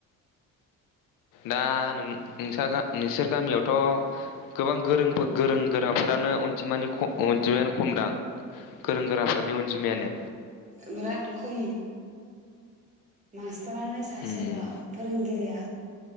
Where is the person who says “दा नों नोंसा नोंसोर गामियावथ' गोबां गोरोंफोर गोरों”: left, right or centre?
Left